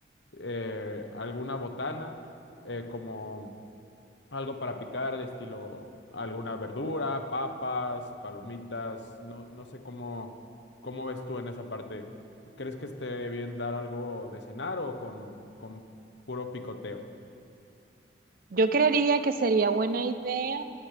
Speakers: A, on the left; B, on the right.
A: eh, alguna botana eh, como algo para picar, estilo alguna verdura, papas, palomitas, no, no sé cómo, cómo ves tú en esa parte. ¿Crees que esté bien dar algo de cenar o con, con puro picoteo?
B: Yo creería que sería buena idea